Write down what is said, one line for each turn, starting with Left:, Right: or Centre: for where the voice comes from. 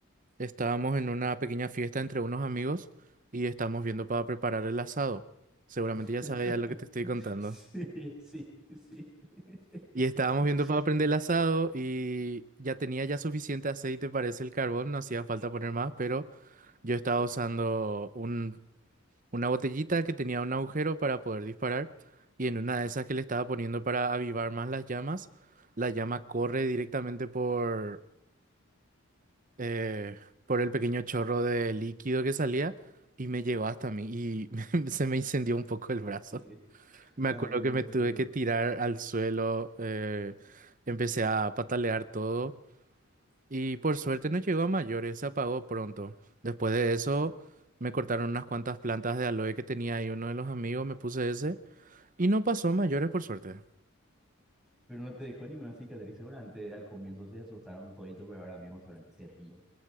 Right: Estábamos en una pequeña fiesta entre unos amigos y estábamos viendo para preparar el asado. Seguramente
Centre: <laughs>
Right: ya sabes ya lo que te estoy contando.
Centre: Sí, sí, sí. <laughs>
Right: Y estábamos viendo para prender el asado y ya tenía ya suficiente aceite, parece el carbón, no hacía falta poner más, pero yo estaba usando un, una botellita que tenía un agujero para poder disparar y en una de esas que le estaba poniendo para avivar más las llamas, la llama corre directamente por eh, por el pequeño chorro de líquido que salía y me llegó hasta mí y <laughs> se me incendió un poco el brazo.
Centre: Sí.
Right: Me
Centre: Ay,
Right: acuerdo
Centre: Dios
Right: que me tuve
Centre: mío.
Right: que tirar al suelo, eh, empecé a patalear todo y por suerte no llegó a mayores, se apagó pronto. Después de eso me cortaron unas cuantas plantas de aloe que tenía ahí uno de los amigos, me puse ese y no pasó a mayores por suerte.
Centre: Pero no te dejó ninguna cicatriz, seguramente al comienzo se asustaron todito, pero ahora mismo seguramente se ríen